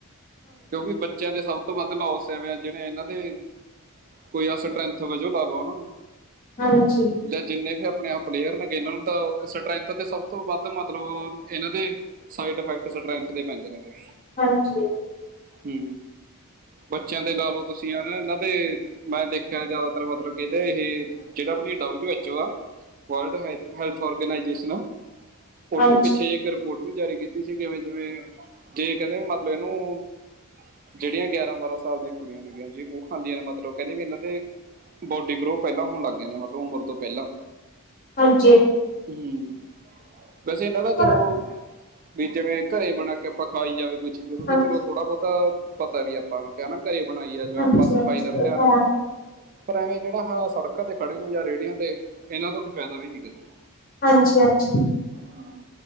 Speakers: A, on the right (about 40°); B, on the left (about 40°).
A: ਕਿਉਂਕਿ ਬੱਚਿਆਂ ਦੇ ਸਭ। ਵੱਧ ਲੋਸ ਐਵੇ ਜਿਹਵੇ ਇਹਨਾਂ ਦੇ, ਕੋਈ ਆ ਸਟਰੈਂਥ ਵਜੋਂ ਲਾ ਲੋ ਉਹਨਾਂ ਨੂੰ।
B: ਹਾਂਜੀ।
A: ਜਾਂ ਜਿੰਨੇ ਵੀ ਆਪਣੇ ਆਪ ਪਲੇਅਰ ਨੇਗੇ, ਇਹਨਾਂ ਨੂੰ ਤਾਂ ਸਟਰੈਂਥ ਤੇ ਸ ਤੋਂ ਵੱਧ ਮਤਲਬ ਇਹਨਾਂ ਦੇ, ਸਾਈਡ ਇਫੈਕਟ ਸਟਰੈਂਥ ਦੇ ਪੈਂਦੇ ਨੇਗੇ।
B: ਹਾਂਜੀ।
A: ਹੂੰ। ਬੱਚਿਆਂ ਤੇ ਲਾ ਲਓ ਤੁਸੀਂ ਹਨਾ, ਇਹਨਾਂ ਤੇ ਮੈਂ ਦੇਖਿਆ ਜ਼ਿਆਦਾਤਰ ਮਤਲਬ ਕਿਦੇ ਇਹ। ਜਿਹੜਾ ਆਪਣਾ <unintelligible> ਓ ਔਰਗੇਨਾਈਜੇਸ਼ਨ ਆ, ਉਹਨਾਂ
B: ਹਾਂਜੀ
A: ਦੇ ਪਿੱਛੇ ਇਕ ਰਿਪੋਰਟ ਵੀ ਜਾਰੀ ਕੀਤੀ ਸੀ, ਕਿਵੇਂ ਜਿਵੇਂ ਜੇ ਕਹਿੰਦੇ ਵੀ ਮਤਲਬ ਇਹਨੂੰ ਜਿਹੜੀਆਂ ਗਿਆਰਾਂ, ਬਾਰਾਂ ਸਾਲ ਦੀਆਂ ਕੁੜੀਆਂ ਨੇਗੀਆਂ। ਜੀ ਉਹ ਖਾਂਦੀਆਂ ਨੇ ਮਤਲਬ ਕਹਿੰਦੇ ਵੀ ਇਹਨਾਂ ਤੇ ਬੋਡੀ ਗਰੋ ਪਹਿਲਾਂ ਹੋਣ ਲੱਗ ਜਾਂਦੀਆਂ ਮਲਬ ਉਮਰ ਤੋਂ ਪਹਿਲਾਂ।
B: ਹਾਂਜੀ।
A: ਹੂੰ, ਵੈਸੇ ਇਹਨਾਂ ਦਾ
B: ਪਰ
A: ਚਲੋ, ਵੀ ਜਿਵੇਂ ਘਰੇ ਬਣਾ ਕੇ। ਆਪਾਂ ਖਾਈ ਜਾਵੇ ਕੋਈ ਚੀਜ਼। ਉਹਦੋਂ ਤਾਂ
B: ਹਾਂਜੀ
A: ਚਲੋ ਥੋੜਾ ਬਹੁਤਾ ਪਤਾ ਵੀ ਆਪਾਂ ਨੂੰ ਕਹਿ ਨਾ ਘਰੇ ਬਣਾਈ ਏ।
B: ਹਾਂਜੀ
A: ਆਪਾਂ ਸਫ਼ਾਈ
B: ਹਾਂਜੀ
A: ਦਾ ਵੀ
B: ਇਹ
A: ਧਿਆਨ
B: ਤਾਂ
A: ਰੱਖਦੇ
B: ਹੈ
A: ਹਾਂ। ਪਰ ਐਵੇਂ ਜਿਹੜਾ ਸੜਕਾਂ ਤੇ ਖੜੇ ਨੇ, ਜਾਂ ਰੇਹੜੀਆਂ ਤੇ ਇਹਨਾਂ ਦਾ ਕੋਈ ਫਾਇਦਾ ਵੀ ਨੀ ਹੈਗਾ।
B: ਹਾਂਜੀ- ਹਾਂਜੀ।
A: ਹੂੰ।